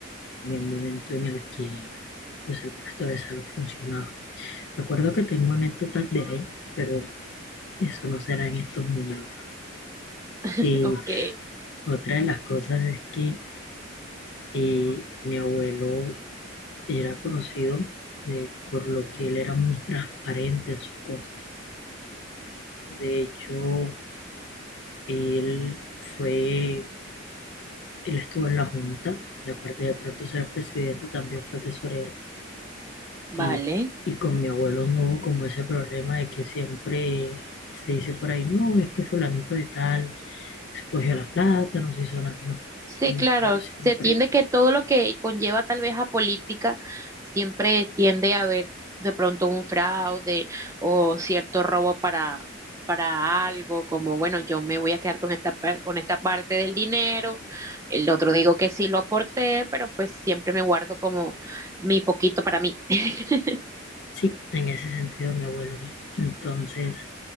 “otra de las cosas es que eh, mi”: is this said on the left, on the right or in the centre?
Left